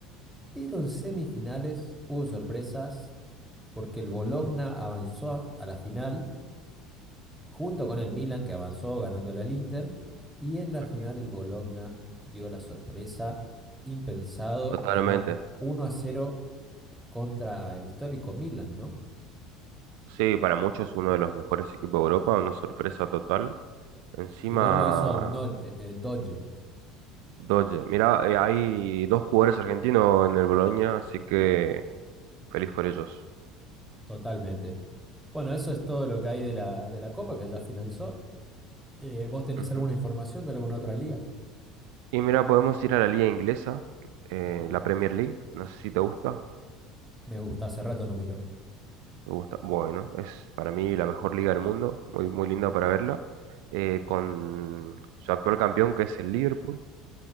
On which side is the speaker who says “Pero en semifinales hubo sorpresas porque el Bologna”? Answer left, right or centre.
Centre